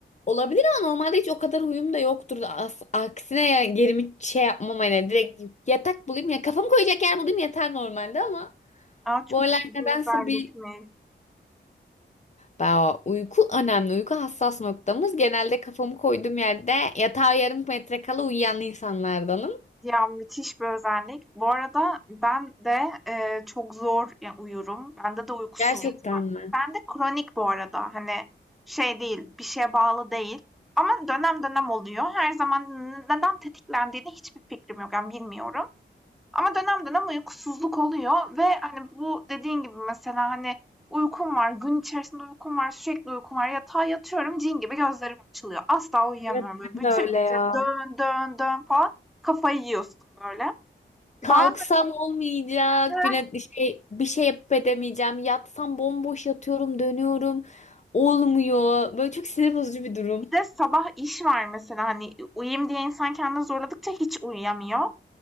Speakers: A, on the left; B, in the centre.
A: olabilir ama normalde hiç o kadar huyum da yoktur. As- aksine ya gerimi şey yapmam hani direkt yatak bulayım ya kafamı koyacak yer bulayım yeter normalde ama
B: Aa, çok
A: bu aralar
B: iyi bir
A: nedense
B: özellikmiş.
A: bir Ba- uyku önemli. Uyku hassas noktamız. Genelde kafamı koyduğum yerde yatağa yarım metre kala uyuyan insanlardanım.
B: Ya müthiş bir özellik. Bu arada ben de eee, çok zor ya, uyurum. Bende de uykusuzluk
A: Gerçekten
B: var.
A: mi?
B: Ben de kronik bu arada. Hani şey değil, bir şeye bağlı değil. Ama dönem dönem oluyor. Her zaman neden tetiklendiğini hiçbir fikrim yok. Yani bilmiyorum. Ama dönem dönem uykusuzluk oluyor ve hani bu dediğin gibi mesela hani uykum var, gün içerisinde uykum var, sürekli uykum var. Yatağa yatıyorum, cin gibi gözlerim açılıyor. Asla uyuyamıyorum
A: Evet,
B: böyle.
A: ben
B: Bütün
A: de öyle
B: gece
A: ya.
B: dön dön dön falan kafayı yiyorsun böyle.
A: Kalksam
B: Bazen
A: olmayacak.
B: de
A: Güne şey, bir şey yapıp edemeyeceğim. Yatsam bomboş yatıyorum, dönüyorum. Olmuyor. Böyle çok sinir bozucu bir durum.
B: bir de sabah iş var mesela hani uyuyayım diye insan kendini zorladıkça hiç uyuyamıyor.